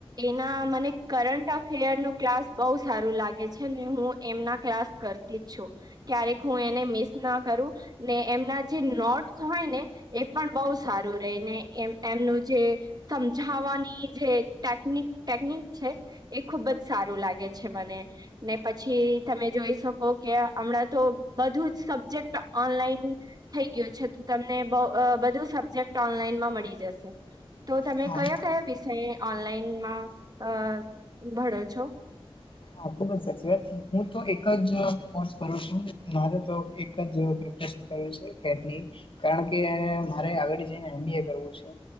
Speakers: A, on the right; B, on the left.
A: એના મને કરંટ અફેર નું ક્લાસ બહુ સારું લાગે છે ને હું એમના ક્લાસ કરતી જ છું. ક્યારેક હું એને મિસ ના કરું ને એમના જે નોટ્સ હોય ને એ પણ બહુ સારું રે ને એમ એમનું જે. સમજાવાની જે ટેકનિક ટેકનિક છે. એ ખુબ જ સારું લાગે છે મને. ને પછી તમે જોઈ શકો કે હમણાં તો બધું જ સબ્જેક્ટ ઓનલાઈન થઈ ગયો છે તો તમને બહુ અ બધ. સબજેક્ટ ઓનલાઈનમાં મળી જશે તો તમે
B: હા
A: કયા કયા વિષય ઓનલાઈનમાં અ ભળો છો.
B: હા ખુબ જ સાચી વાત હું તો એક જ કોર્સ કરું છું. મારે તો એક જ પ્રિપરેશન કર્યું છે કેની. કારણ કે મારે આગળ જઈને એમ બી એ કરવું છે